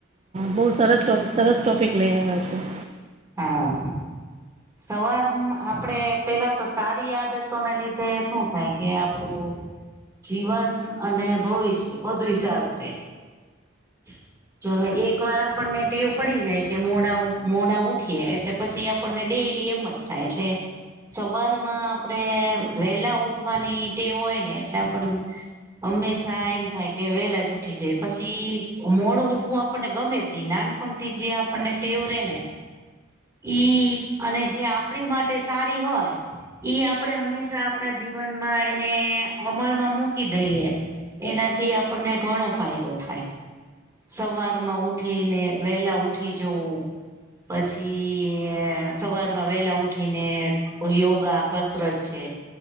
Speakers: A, on the right; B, on the right.
A: બઉ સરસ ટોપી સરસ ટોપિક લઈ આયવા છો.
B: હા. સવારમાં આપણે પેલા તો સારી આદતોને લીધે શું થાય કે આપડું જીવન અને ભવિષ્ય બધુય સારું રહે. <inaudible> જો એક વાર આપણને ટેવ પડી જાય. કે મોડા મોડા ઉઠીએ એટલે પછી આપણને ડેલી એમ જ થાય એટલે. સવારમાં આપણેે વેલા ઉઠવાની તે હોય, ને એટલે આપણને હંમેશા એમ થાય કે વહેલા જ ઉઠી જાય પછી મોડું ઉઠવું આપણને ગમે જ નહી નાનપણથી જે આપણને ટેવ રેેહ ને. ઈ અને જે આપણી માટે સારી હોય. ઈ આપણે હંમેશા આપણા જીવનમાં એને અમલમાં મૂકી દઈએ. એનાથી આપણને ઘણો ફાયદો થાય. સવાર માં ઉઠી ને વેલા ઉઠી જવું. પછી સવારમાં વેલા ઉઠીને. યોગા કસરત છે.